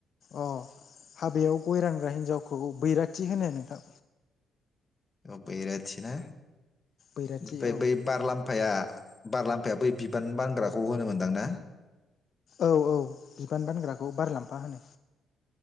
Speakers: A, on the left; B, on the left.
A: अ हाबायाव गय रानग्रा हिन्जावखौ बैराथि होनो नोंथां।
B: औ बैराथि ना
A: बैराथि
B: ओमफ्राय
A: औ
B: बै बारलामफाया बारलामफाया बै बिबान बानग्राखौ होनो मोनदां ना?
A: औ औ बिबान बानग्राखौ बारलाम्फा होनो।